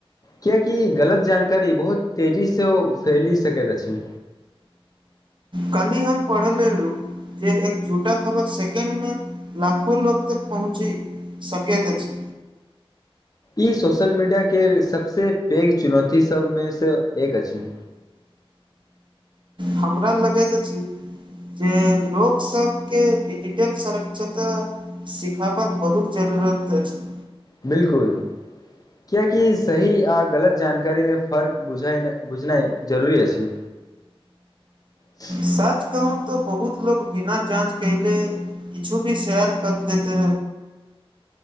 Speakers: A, on the left; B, on the right.
A: कियकि गलत जानकारी बहुत तेजी सँ ओ फैलि सकैत अछि।
B: कली हम पढ़ल मे रु जे एक झूठा खबर सेकेंडमे लाखो लोक तक पहुँचे सकेत अछि।
A: ई सोशल मीडियाके सभसँ पैघ चुनौती सभमेसँ एक अछि।
B: हमरा लगे तऽ अछी जे लोक सबके डिजिटल सरक्षता सिखबाक बहुत जरूरत अछै।
A: बिलकुल कियाकि सही आ गलत जानकारीमे फर्क बुझ बुझनाइ जरुरी अछि। <unintelligible>
B: सच कहू तऽ बहुत लोक बिना जाँच केहीले किछु भी शेयर कर देते।